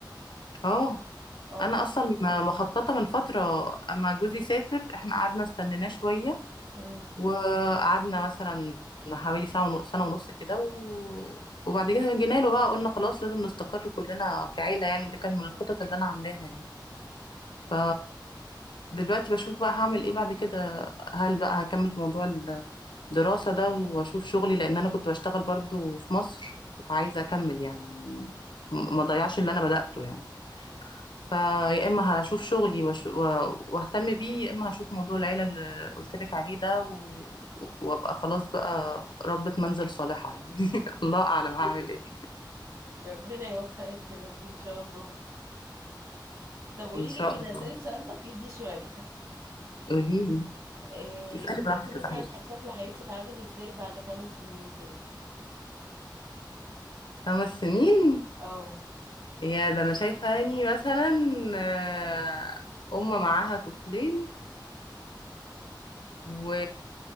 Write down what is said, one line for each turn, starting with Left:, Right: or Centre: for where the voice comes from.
Left: اه
Right: اه
Left: أنا أصلا مخططة من فترة أما جوزي سافر إحنا قعدنا استنيناه شوية
Right: أمم.
Left: وقعدنا مثلا حوالي ساعة ونص سنة ونص كده و... وبعد كده جينا له بقى قلنا خلاص لازم نستقر كلنا كعيلة يعني ده كان من الخطط اللي أنا عاملاها يعني ف دلوقتي بشوف بقى هعمل ايه بعد كده هل بقى هكمل في موضوع الدراسة ده واشوف شغلي لان انا كنت بشتغل برضو في مصر وعايزة اكمل يعني م- ما ضيعش اللي انا بدأته يعني فيا اما هشوف شغلي وأش- و- واهتم بيه يا اما هشوف موضوع العيلة اللي قلت لك عليه ده و... وابقى خلاص بقى ربة منزل صالحة يعني <laughs> الله اعلم هعمل ايه
Right: ربنا يوفقك يا رب ان شاء الله طب قولي
Left: ان شاء
Right: لي كده
Left: الله
Right: هسألك سؤال تقليدي شوية
Left: قولي لي
Right: إيه
Left: اسألي
Right: شايفة
Left: براحتك يا
Right: مثلا
Left: صاحبتي
Right: ح- شكل حياتك عامل ازاي بعد خمس سنين كده
Left: خمس سنين
Right: اه
Left: يا ده انا شايفه اني مثلا آه، ام معاها طفلين و...